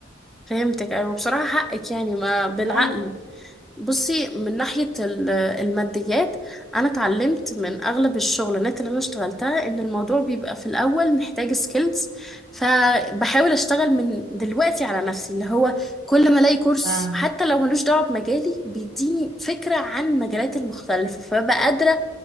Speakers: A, in the centre; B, on the right.
A: فهمتك ايوه بصراحة حقك يعني ما بالعقل
B: لو اه
A: بصي من ناحية ال- الماديات أنا اتعلمت من أغلب الشغلانات اللي أنا اشتغلتها إن الموضوع بيبقى في الأول محتاج سكيلز فبحاول أشتغل من دلوقتي على نفسي اللي هو كل ما ألاقي كورس
B: فاهمة.
A: حتى لو ملوش دعوة بمجالي بيديني فكرة عن المجالات المختلفة فببقى قادرة